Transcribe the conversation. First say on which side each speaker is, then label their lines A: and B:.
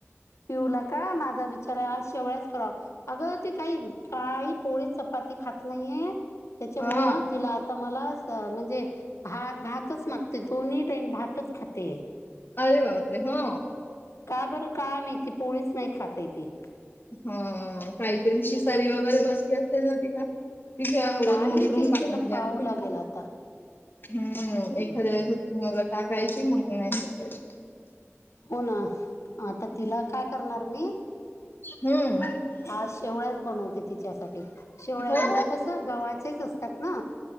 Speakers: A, on the left; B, on the left.
A: पिऊला का माझा विचार आहे आज शेवळया करावं. अगं ते काही काही पोळी चपाती खात नाहीये. त्याच्यामुळं
B: हा
A: तिला आता मला आ म्हणजे भात भातच मागते दोन्ही टाईम भातच खाते.
B: अरे बापरे! हो
A: का? बरं का माहिती? पोळीच नाही खाताय ती.
B: ह काहीतरी शिसारी वगैरे बसली असेल ना तिला. तिच्या वरून
A: काय
B: उतरून
A: माहिती
B: काढून
A: तिला
B: द्या
A: पाहावं
B: त
A: लागेल आता
B: हम्
A: हम्म
B: एखाद्या वेळेस. मग टाकायची मग नाही. <unintelligible>
A: हो ना आता तिला काय करणार मी
B: हम्म.
A: आज शेवळ्याच बनवते तिच्यासाठी. शेवळ्या
B: हो.
A: म्हणजे कसं? गव्हाचेच असतात ना.